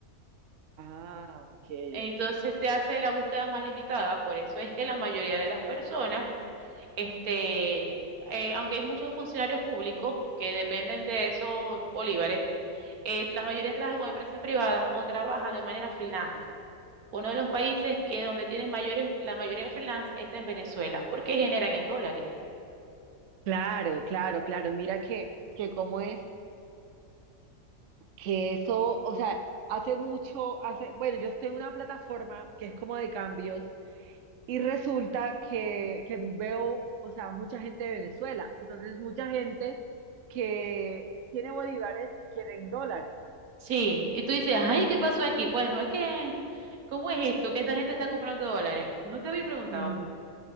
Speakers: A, on the right; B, on the right.
A: Ah, ok,
B: Entonces
A: ok.
B: te hace la búsqueda más limitada, por eso es que la mayoría de las personas, este, eh, aunque hay muchos funcionarios públicos que dependen de esos bolívares, eh, la mayoría trabaja con empresas privadas o trabaja de manera freelance. Uno de los países que donde tienen mayores, la mayoría de freelance está en Venezuela, porque generan en dólares.
A: Claro, claro, claro. Mira que, que cómo es que eso, o sea, hace mucho, hace, bueno, yo estoy en una plataforma que es como de cambios y resulta que, que veo, o sea, mucha gente de Venezuela. Entonces, mucha gente que tiene bolívares y quieren dólares.
B: Sí, y tú dices, ay, ¿qué pasó aquí? Pues no es que, ¿cómo es esto? Que esta gente está comprando dólares. No te había preguntado.
A: Ujú.